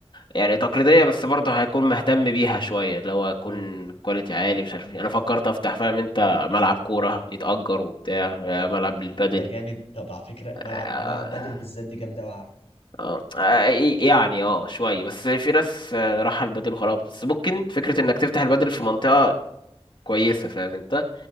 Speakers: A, on the left (about 50°); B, on the left (about 70°).
A: يعني تقليدية بس برضه هكون مهتم بيها شوية اللي هو هكون
B: اه
A: كواليتي عالي مش عارف إيه أنا فكرت أفتح فاهم أنت ملعب كورة يتأجر وبتاع آه، ملعب للبادل
B: طب ده جامد طب على فكره
A: آه
B: ملعب ملعب بدل بالذات دي جامده قوي على فكره
A: اه آه، يعني اه شوية بس في ناس آه، راحة البادل وخلاص بس ممكن فكرة إنك تفتح البادل في منطقة كويسة فاهم أنت